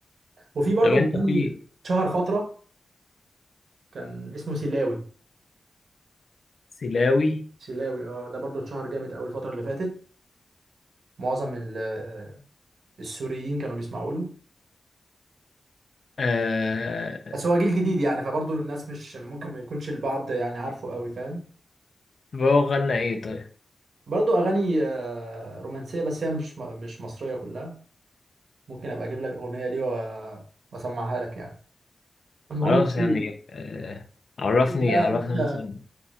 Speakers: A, on the right; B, on the left.
A: وفي برضو
B: طب أنت
A: مغني
B: في
A: شهر فتره كان اسمه سيلاوي
B: سلاوي
A: سيلاوي اه ده برضو اتشهر جامد اول الفتره اللي فاتت معظم ال- آه، السوريين كانوا بيسمعوا له
B: آه
A: بس هو جيل جديد يعني فبرضو الناس مش ممكن ما يكونش البعض يعني عارفه قوي فاهم
B: طب هو غنى إيه طيب
A: برضو اغاني آه، رومانسيه بس هي مش مش مصريه كلها ممكن ابقى اجيب لك الاغنيه دي و- واسمعها لك يعني المهم
B: خلاص
A: قول
B: يعني
A: لي
B: آه عرفني
A: قول لي بقى
B: عرفني
A: انت
B: مثلا